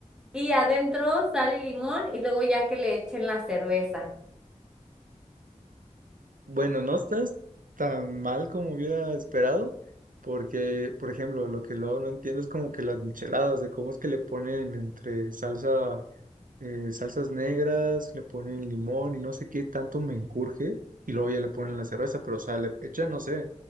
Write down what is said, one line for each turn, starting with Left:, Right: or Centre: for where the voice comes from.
Centre: Y adentro sal y limón y luego ya que le echen la cerveza.
Right: Bueno, no estás tan mal como hubiera esperado, porque, por ejemplo, lo que luego no entiendo es como que las micheladas, de cómo es que le ponen entre salsa. eh, salsas negras, le ponen limón y no sé qué tanto me menjurje, y luego ya le ponen la cerveza, pero o sea, le echan, no sé,